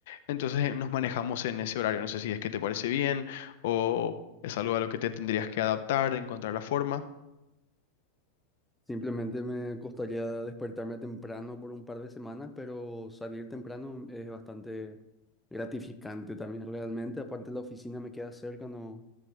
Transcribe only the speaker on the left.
Entonces, eh, nos manejamos en ese horario. No sé si es que te parece bien o es algo a lo que te tendrías que adaptar, encontrar la forma.